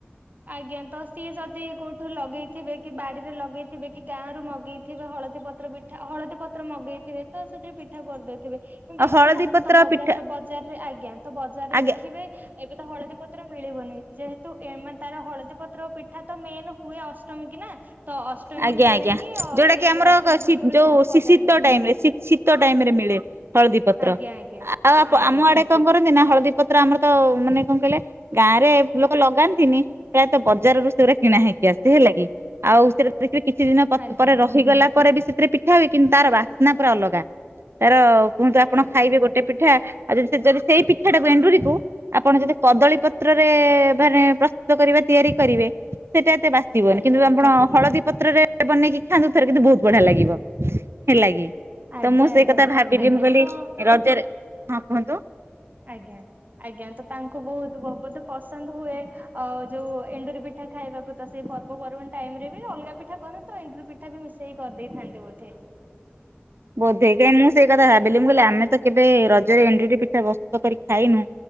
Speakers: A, on the right (about 45°); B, on the right (about 85°).
A: ଆଜ୍ଞା ତ ସିଏ ଯଦି କୋଉଠୁ ଲଗେଇଥିବେ କି ବାଡିରେ ଲଗେଇଥିବେ କି ଗାଁରୁ ମଗେଇ ଥିବେ ହଳଦୀ ପତ୍ର ପିଠା ହଳଦୀ ପତ୍ର ମଗେଇଥିବେ ତ ସେଥିରେ ପିଠା କରିଦଉଥିବେ। କିନ୍ତୁ
B: ଆଉ
A: ଏବେ
B: ହଳଦୀ
A: ତ ସାଧାରଣତଃ
B: ପତ୍ର
A: ବଜାର
B: ପିଠା
A: ବଜାରରେ ଆଜ୍ଞା ତ ବଜାରରେ
B: ଆଜ୍ଞା
A: ଦେଖିବେ ଏବେ ତ ହଳଦୀ ପତ୍ର ମିଳିବନି। ଯେହେତୁ ଏ ମାନେ ତାର ହଳଦୀ ପତ୍ର ପିଠା ତ ମେନ ହୁଏ ଅଷ୍ଟମୀ କି ନା ତ ଅଷ୍ଟମୀ
B: ଆଜ୍ଞା
A: ବେଳେ
B: ଆଜ୍ଞା
A: ହିଁ
B: ଯଉଟା
A: ସେଇ
B: କି ଆମର
A: ଅଷ୍ଟମୀ
B: ସି
A: ପୂର୍ବରୁ
B: ଯଉ
A: ହିଁ
B: ସିଶି
A: ବଜାରରେ
B: ଶୀତ
A: ମିଳିଥାଏ
B: ଟାଇମ ରେ ଶୀତ ଟାଇମରେ ମିଳେ। ହଳଦୀ ପତ୍ର
A: ଆଜ୍ଞା
B: ଆଉ ଆପ
A: ଆଜ୍ଞା
B: ଆମ ଆଡେ କଣ କରନ୍ତି ନା ହଳଦୀ ପତ୍ର ଆମର ତ ମାନେ କଣ କହିଲେ ଗାଁ ରେ ଲୋକ ଲଗାନ୍ତିନି। ପ୍ରାୟତଃ ବଜାରରୁୁ ସେଗୁଡା କିଣା ହେଇକି ଆସେ ହେଲା କି ଆଉ ସେଟା ଦେଖିବେ କିଛି ଦିନ ପ
A: ଆଜ୍ଞା
B: ପରେ ରହିଗଲା ପରେ ବି ସେଥିରେ ପିଠା ହୁଏ କିନ୍ତୁ ତାର ବାସ୍ନା ପୁରା ଅଲଗା ତାର କୁହନ୍ତୁ ଆପଣ
A: ଆଜ୍ଞା ଆଜ୍ଞା
B: ଖାଇବେ ଗୋଟେ ପିଠା ଆଉ ଯଦି ଯଦି ସେଇ ପିଠା ଟାକୁ ଏଣ୍ଡୁରିକୁ ଆପଣ ଯଦି କଦଳୀ ପତ୍ରରେ ମାନେ ପ୍ରସ୍ତୁତ କରିବେ ତିଆରି କରିବେ ସେଟା ଏତେ ବାସିବନି
A: ଆଜ୍ଞା
B: କିନ୍ତୁ
A: ଆଜ୍ଞା
B: ଆପଣ ହଳଦୀ ପତ୍ରରେ ବନେଇକି ଖାଆନ୍ତୁ ଥରେ କିନ୍ତୁ ବହୁତ ବଢିଆ ଲାଗିବ ହେଲା କି।
A: ଆଜ୍ଞା
B: ତ ମୁଁ
A: ଆଜ୍ଞା
B: ସେଇ କଥା ଭାବିଲି
A: ଆଜ୍ଞା
B: ବୋଲି ମୁଁ କହିଲି
A: ତ
B: ରଜରେ ହଁ କୁହନ୍ତୁ?
A: ଆଜ୍ଞା ଆଜ୍ଞା ତ ତାଙ୍କୁ ବହୁତ ବ ବୋଧେ ପସନ୍ଦ ହୁଏ ଅ ଯୋଉ ଏଣ୍ଡୁରି ପି ପିଠା ଖାଇବାକୁ ତ ସେଇ ପର୍ବ ପର୍ବାଣି ଟାଇମ ରେ ବି ଅଲଗା ପିଠା କରେ ତ ଏଣ୍ଡୁରି ପିଠା ବି ମିଶେଇ କରି ଦେଇେଇଥାନ୍ତି ବୋଧେ?
B: ବୋଧେ କାହିଁ ମୁଁ ସେଇ କଥା ଭାବିଲି ମୁଁ କହିଲି ଆମେ ତ କେବେ ରଜରେ ଏଣ୍ଡୁରି ଟି ପିଠା ପ୍ରସ୍ତୁତ କରି ଖାଇନୁ।